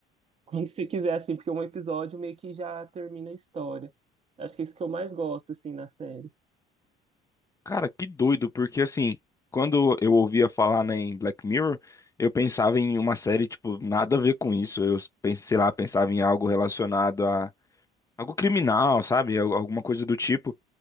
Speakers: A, on the right (about 35°); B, on the left (about 20°).
A: quando você quiser assim, porque um episódio meio que já termina a história. Acho que é isso que eu mais gosto assim na série.
B: Cara, que doido, porque assim, quando eu ouvia falar, né, em Black Mirror, eu pensava em uma série, tipo, nada a ver com isso. Eu, pensei, sei lá, pensava em algo relacionado a algo criminal, sabe? Al- Alguma coisa do tipo.